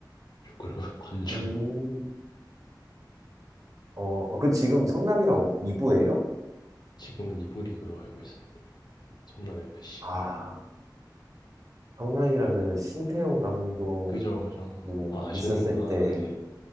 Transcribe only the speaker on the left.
축구를 <laughs> 관중이
지금은 이부 리그로 알고 있어요 네. 성남 FC
그죠 그죠 아 아시는구나
네